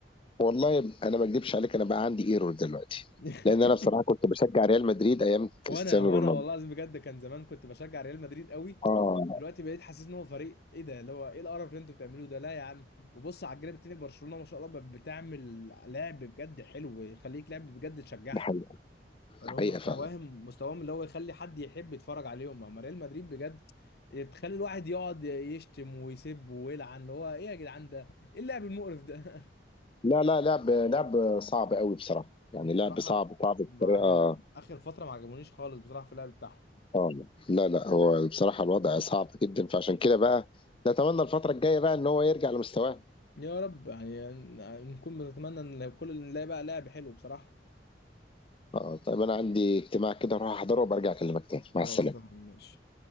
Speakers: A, on the left; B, on the left.
A: والله انا ما اكذبش عليك انا بقى عندي ايرور دلوقتي
B: <laughs>
A: لان انا بصراحه كنت بشجع ريال مدريد ايام
B: وانا
A: كريستيانو
B: وانا
A: رونالدو
B: والله العظيم بجد كان زمان كنت بشجع ريال مدريد قوي
A: اه
B: دلوقتي بقيت حاسس ان هو فريق ايه ده اللي هو ايه القرف اللي انتوا بتعملوه ده لا يا عم وبص على الجانب التاني برشلونة ما شاء الله ب- بتعمل لعب بجد حلو يخليك لعب بجد تشجعها
A: ده حقيقه
B: فاللي
A: ده حقيقه
B: هو مستواهم
A: فعلا
B: مستواهم اللي هو يخلي حد يحب يتفرج عليهم اما ريال مدريد بجد تخلي الواحد يقعد يشتم ويسب ويلعن اللي هو ايه يا جدعان ده ايه اللعب المقرف ده
A: لا لا لعب لعب صعب قوي بصراحة
B: <laughs>
A: يعني
B: بصراحة
A: لعب صعب صعب بطريقة
B: ما عجب اخر فترة ما عجبونيش خالص بصراحة في اللعب بتاعهم
A: اه لا لا هو بصراحة الوضع صعب جدا فعشان كده بقى نتمنى الفترة الجاية بقى ان هو يرجع لمستواه
B: يا رب يعني نكون بنتمنى ان كل نلاقي بقى لاعب حلو بصراحة
A: اه طيب انا عندي اجتماع كده اروح احضره وبرجع اكلمك تاني مع
B: خلاص
A: السلامة
B: تمام ماشي